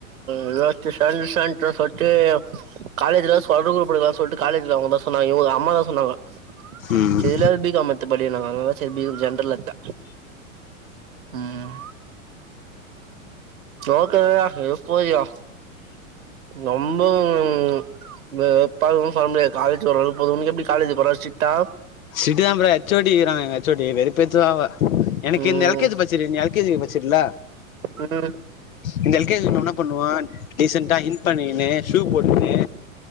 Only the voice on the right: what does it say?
எதாச்சு சேண்டு பேண்ட் சர்டு காலேஜ்லா சொல்ற குரூப்பு எடுக்கலா சொல்ட்டு காலேஜ்ல அவுங்க தா சொன்னாங்க இவுங்க அம்மா தா சொன்னாங்க
செரி இதுல யாது பி. காம்மு எடுத் மத்த படி நா அதுல தா பி ஜென்ரல் எடுத்தே ம் ஓகேயா இது போதுயா ரொம்பவு ம்ம பறக்கனு சொல்ல முடியாது காலேஜ் ஓரளவுக்கு போது உனக் எப்டி காலேஜ் போறது ஸ்ட்ரிட்டா
ம்
ம்